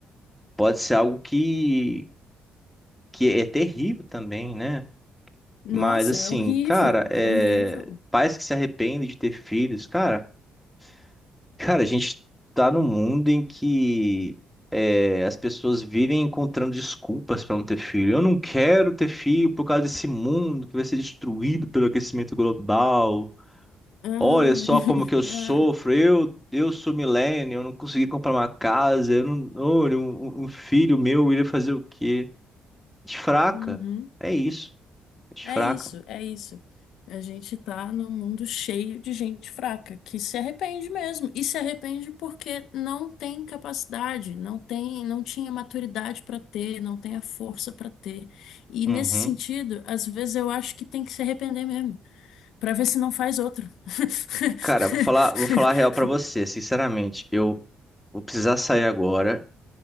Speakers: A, in the centre; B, on the left.
A: pode ser algo que que é terrível também, né?
B: nossa,
A: Mas assim,
B: é horrível,
A: cara, é...
B: é horrível.
A: pais que se arrependem de ter filhos, cara, <laughs> cara, a gente tá num mundo em que é, as pessoas vivem encontrando desculpas pra não ter filho. Eu não quero ter filho por causa desse mundo que vai ser destruído pelo aquecimento global.
B: Ah,
A: Olha só
B: <laughs>
A: como que eu sofro.
B: é.
A: Eu, eu sou millennial, eu não consegui comprar uma casa. Eu não, olha, um, um um filho meu iria fazer o quê? Gente fraca.
B: Uhum.
A: É isso. Gente
B: É
A: fraca.
B: isso, é isso. A gente tá num mundo cheio de gente fraca, que se arrepende mesmo. E se arrepende porque não tem capacidade, não tem, não tinha maturidade para ter, não tem a força para ter. E
A: Uhum.
B: nesse sentido, às vezes eu acho que tem que se arrepender mesmo, para ver se não faz outro.
A: Cara,
B: <laughs>
A: vou falar, vou falar a real pra você, sinceramente. Eu vou precisar sair agora,